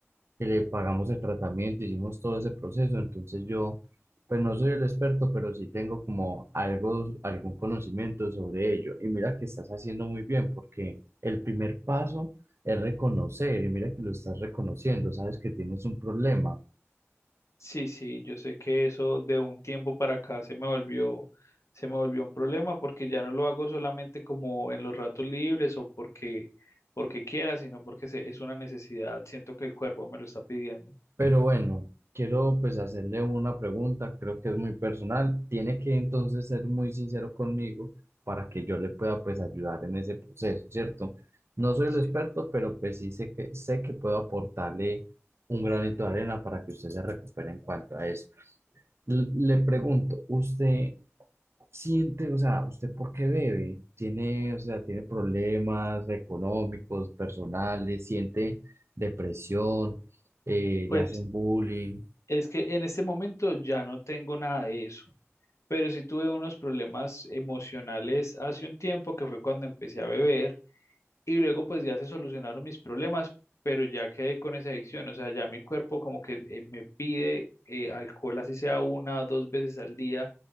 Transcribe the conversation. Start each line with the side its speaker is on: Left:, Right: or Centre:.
Right: que le pagamos el tratamiento, hicimos todo ese proceso, entonces yo, pues no soy el experto, pero sí tengo como algo, algún conocimiento sobre ello. Y mira que estás haciendo muy bien, porque el primer paso es reconocer, y mira que lo estás reconociendo, sabes que tienes un problema,
Left: Sí, sí, yo sé que eso de un tiempo para acá se me volvió, se me volvió un problema porque ya no lo hago solamente como en los ratos libres o porque, porque quiera, sino porque se- es una necesidad. Siento que el cuerpo me lo está pidiendo.
Right: Pero bueno, quiero pues hacerle una pregunta, creo que es muy personal. Tiene que entonces ser muy sincero conmigo para que yo le pueda pues ayudar en ese proceso, ¿cierto? No soy
Left: Sí.
Right: el experto, pero pues sí sé que sé que puedo aportarle un granito de arena para que usted se recupere en cuanto a eso. L- Le pregunto, ¿usted siente, o sea, ¿usted por qué bebe? Tiene, o sea, tiene problemas económicos, personales, siente depresión, eh,
Left: Pues
Right: le hacen bullying.
Left: es que en este momento ya no tengo nada de eso. Pero sí tuve unos problemas emocionales hace un tiempo que fue cuando empecé a beber y luego pues ya se solucionaron mis problemas, pero ya quedé con esa adicción, o sea, ya mi cuerpo como que eh, me pide eh, alcohol así sea una o dos veces al día